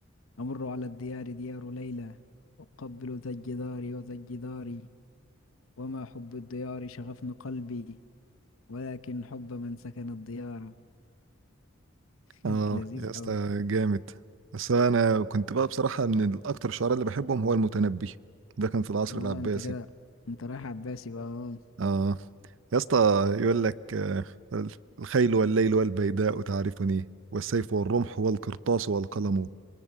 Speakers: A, on the left; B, on the right.
A: أمر على الديار ديار ليلى أقبل ذا الجدار وذا الجدار وما حب الديار شغفن قلبي ولكن حب من سكن الديار <laughs>
B: اه
A: لذيذ
B: يا اسطى
A: أوي
B: جامد بس انا كنت بقى بصراحة من الاكتر الشعراء اللي بحبهم هو المتنبي ده كان في العصر
A: اه
B: العباسي
A: انت كده انت رايح عباسي بقى اه
B: اه يا اسطى يقول لك آه، الخيل والليل والبيداء تعرفني والسيف والرمح والقرطاس والقلم